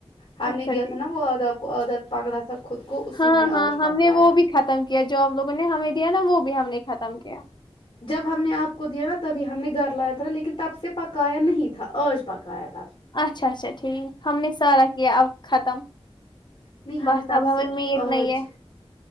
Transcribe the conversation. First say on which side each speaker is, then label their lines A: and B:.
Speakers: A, on the left; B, on the left.
A: ہم
B: اچھا
A: نے دیا
B: ٹھیک
A: تھا نا وہ ادب ادا پگڑا تھا خود کو اسی
B: ہاں
A: میں
B: ہاں
A: آج پکایا
B: ہم نے وہ بھی ختم کیا جو آپ لوگوں نے ہمیں دیا نا وہ بھی ہم نے ختم کیا
A: جب ہم نے آپ کو دیا نا تبھی ہم نے گھر لایا تھا نا لیکن تب سے پکایا نہیں تھا آج پکایا تھا
B: اچھا اچھا ٹھیک ہم نے سارا کیا اب ختم
A: نہیں ہم
B: بس
A: نے تب
B: اب ہمیں
A: سے
B: میٹ
A: آج
B: نہیں ہے